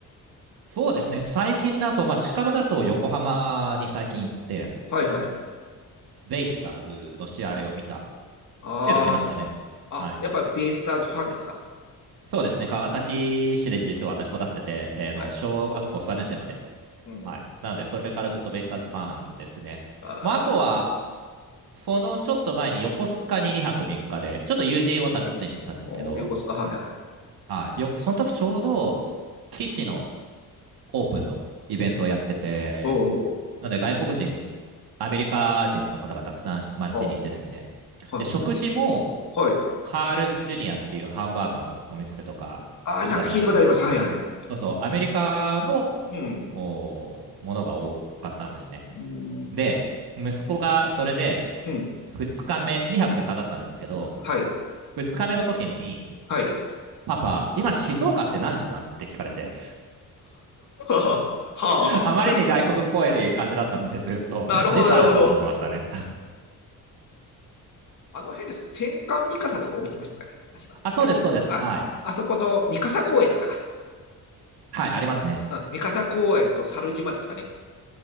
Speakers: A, on the right; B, on the left.
A: そうですね、最近だと、まあ、近場だと横浜に最近行って、
B: はいはいはい。
A: ベイスターズの試合を見たっ
B: あ
A: ていうのはありましたね。
B: あ、
A: はい
B: あ、やっぱりベイスターズファンですか。
A: そうですね、川崎市で実は私育ってて、えーの小学校3年生まで。
B: はい。うん。
A: はい。
B: うん
A: なので、それからずっとベイスターズファンですね。
B: あー、
A: まあ、あとは、そのちょっと前に横須賀に2泊3日で、ちょっと友人を訪ねに行ったんですけど、
B: おー横須賀、はいはい。
A: はい、よその時ちょうど基地のオープンのイベントをやってて、
B: ほう、
A: なので外国人、アメリカ人の方がたくさん街にいてですね、
B: はあ、は
A: で食事も
B: あ、はい。
A: カールズジュニアっていうハンバーガーのお店とか、
B: ああ、
A: ピザだったりとか、
B: なんか聞いたことあります。はいはい。
A: そうそう、アメリカの
B: うん。
A: おものが多かったんですね。
B: うん。
A: で、息子がそれで
B: うん。
A: 2日目、2泊3日だったんですけど、
B: はい。
A: 2日目の時に、
B: はい。
A: パパ、今静岡って何時なんって聞かれて、
B: <laughs> はあ、はあ。
A: あまりに外国っぽい感じだったんで、ずっと時差あると思ってましたね。
B: なるほど、なるほど。あの辺です。戦艦三笠とか置いてましたかね。確か。
A: あ、そうです、
B: 違いました。
A: そうです。
B: あ、
A: はい。
B: あそこの三笠公園だったか。
A: はい、ありますね。
B: うん、三笠公園と猿島ですかね。